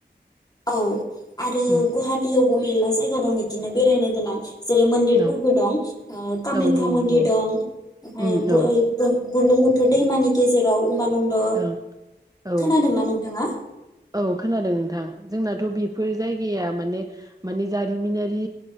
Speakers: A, on the left; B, on the right.
A: औ आरो
B: उम
A: गुवाहाटियाव औ मेरला जायगा दं बिदिनो बेरायनो गोनां जेरै मन्दिरफोरबो
B: औ
A: दं ओ कामायखा
B: औ दङ
A: मन्दिर
B: दङ
A: दं ओमफ्राय
B: उम औ
A: बुरलुंबुथु थ दैमानि गेजेराव उमानन्द
B: ओं औ
A: खोनादोंना नोंथांङा
B: औ खोनादों नोंथां जोंनाथ' बेफोर जायगाया माने माने जारिमिनारि